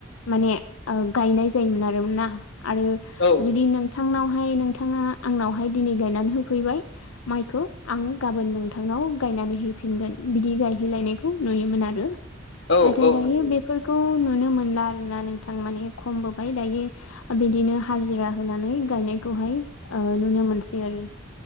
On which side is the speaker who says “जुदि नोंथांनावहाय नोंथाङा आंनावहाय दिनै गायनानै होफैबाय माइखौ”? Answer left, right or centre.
Left